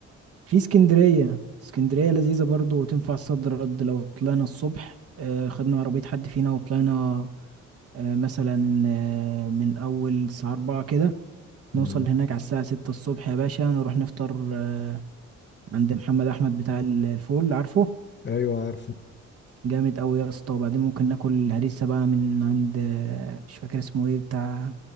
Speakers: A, on the right; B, on the left.
A: في اسكندرية اسكندرية لذيذة برضو وتنفع صد رد لو طلعنا الصبح آه، خدنا عربية حد فينا وطلعنا آه، مثلا آه، من أول الساعة أربعة كده
B: مم.
A: نوصل هناك على الساعة ستة الصبح يا باشا نروح نفطر آه، عند محمد أحمد بتاع ال- الفول عارفه
B: ايوه عارفه
A: جامد أوي يا اسطى وبعدين ممكن ناكل هريسة بقى من عند آه، مش فاكر اسمه ايه بتاع